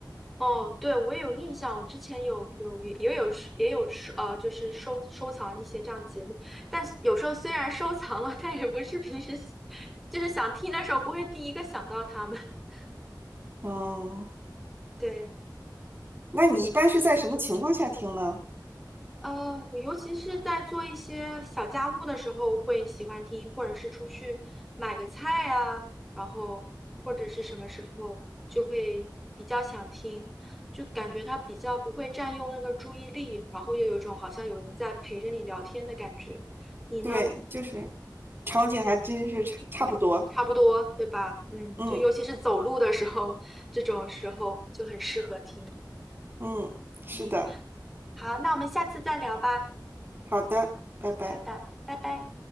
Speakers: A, in the centre; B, on the right (about 30°).
A: 哦，对，我也有印象，我之前有有也也有是也有收呃，就是收收藏一些这样的节目，但是有时候虽然收藏了，<laughs> 但也不是平时喜就是想听，那时候不会第一个想到他们。<laughs>
B: 嗯，
A: 对。
B: 那你一般是在什么情况下听呢？
A: 呃，我尤其是在做一些小家务的时候会喜欢听，或者是出去买个菜啊，然后或者是什么时候就会比较想听，就感觉它比较不会占用那个注意力，然后又有一种好像有人在陪着你聊天的感觉。你呢？
B: 对，就是场景还真是差差不多。
A: 差不多，对吧？嗯，
B: 嗯
A: 就尤其是走路的时候，这种时候就很适合听。
B: 嗯，是的，
A: 嗯，好，那我们下次再聊吧。
B: 好的，拜拜。
A: 好的，拜拜。